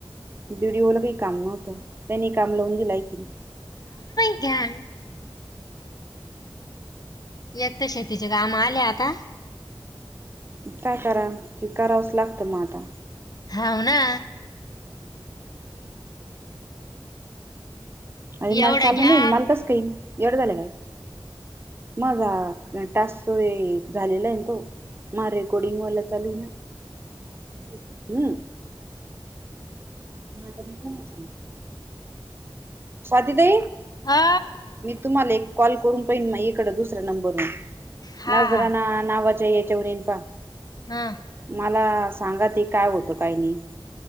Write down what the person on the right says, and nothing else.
विडिओला बाई काम नवत त्यांनी काम लावून दिलं ि
काय करा क करावंसं लागतं मग आता
अरे मला
चालू
नाही मला तस काईल एढ झालं काय मझा तास झालेला आहे ना तो म रेकॉर्डिंगवाला चालू आहे ना हम् नाटम प स स्वातीताई
तुमला कॉल करून दु्या नंबरवा
च्या
मला सांगा ते काय होतं काय नाही